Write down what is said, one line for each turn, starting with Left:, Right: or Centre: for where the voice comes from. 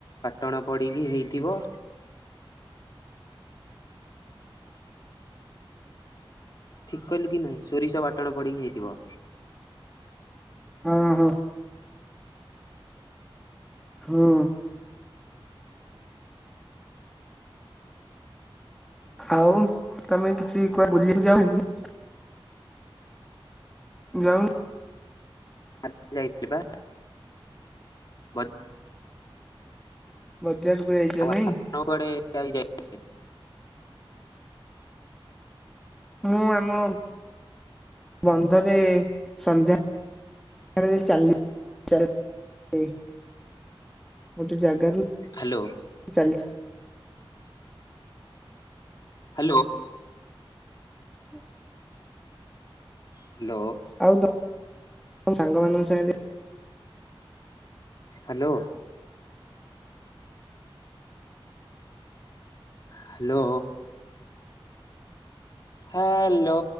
Left: ଟଣ ପଡ଼ିକି ହେଇଥିବ। ଠିକ କହିଲୁ କି ନାହିଁ? ସୋରିଷ ବାଟଣ ପଡିକି ହେଇଥିବ।
Centre: ହଁ ହଁ। ହଁ। ଆଉ ତମେ କିଛି କୁଆଡେ ବୁଲିବାକୁ ଯାଉନି କି ଯାଉନ
Left: ଆଜି ଯାଇଥିଲି ବା। ବଡ୍
Centre: ବ ର୍ ବଜାରକୁ ଯାଇଛ
Left: ଆପଣ
Centre: ନାଇଁ?
Left: <unintelligible>
Centre: ମୁଁ ଆମ ବନ୍ଧରେ ସନ୍ଧ୍ୟା ଚାଲି ଗୋଟେ ଜାଗାରୁ
Left: ହ୍ୟାଲୋ।
Centre: ଚାଲିଛି
Left: ହ୍ୟାଲୋ।
Centre: <unintelligible>
Left: ହ୍ୟାଲୋ।
Centre: ଆଉ ତମ ସାଙ୍ଗମାନଙ୍କ ସାଙ୍ଗରେ ଯା
Left: ହ୍ୟାଲୋ। ହ୍ୟାଲୋ। ହାଆଲୋ